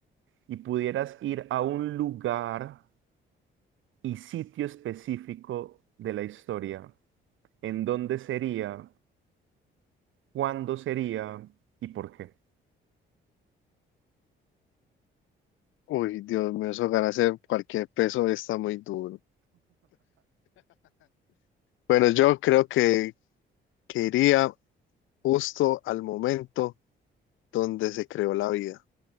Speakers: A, on the right; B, on the left.
A: y pudieras ir a un lugar y sitio específico de la historia, ¿en dónde sería? ¿Cuándo sería? ¿Y por qué?
B: Uy, Dios mío, eso ganarse cualquier peso está muy duro. Bueno, yo creo que, que iría justo al momento donde se creó la vida,